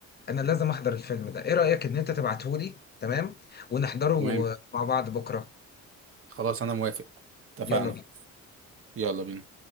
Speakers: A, on the left; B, on the right.
A: انا لازم احضر الفيلم ده ايه رايك ان انت تبعته لي تمام ونحضره
B: تمام
A: مع بعض بكره
B: خلاص انا موافق اتفقنا
A: يلا بينا
B: يلا بينا